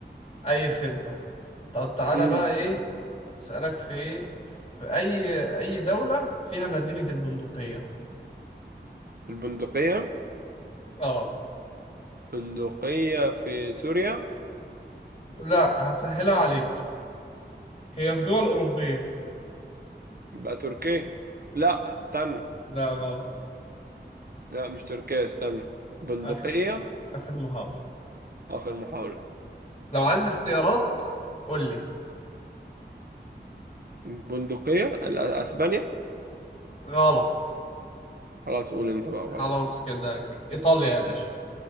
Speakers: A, on the left (about 35°); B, on the right (about 55°).
A: اي خدمة طب تعالى
B: امم
A: بقى ايه اسألك في في اي اي دولة فيها مدينة البندقية
B: البندقيه
A: اه
B: بندقيه في سوريا
A: لا هسهلها عليك هي في دول أوروبية
B: يبقى تركيا لا استنى
A: لا غلط
B: لا مش تركيا استنى بندقيه
A: آخر آخر محاولة
B: اخر محاوله
A: لو عايز اختيارات قول لي
B: بندقيه لا، اسبانيا
A: غلط
B: خلاص قول انت بقى
A: خلاص
B: خلاص
A: كده إيطاليا يا باشا